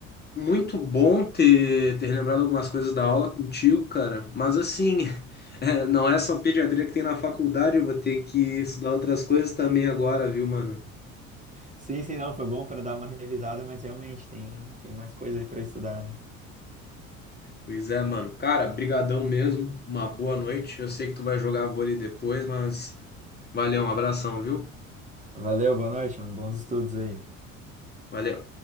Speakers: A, on the left; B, on the right.
A: muito bom ter, ter lembrado algumas coisas da aula contigo, cara. Mas assim, <laughs> é, não é só pediatria que tem na faculdade, eu vou ter que estudar outras coisas também agora, viu, mano?
B: Sim, sim, não, foi bom para dar uma revisada, mas realmente tem, tem mais coisa aí para estudar, né?
A: Pois é, mano. Cara, brigadão mesmo. Uma boa noite. Eu sei que tu vai jogar vôlei depois, mas valeu, um abração, viu?
B: Valeu, boa noite, mano. Bons estudos aí.
A: Valeu.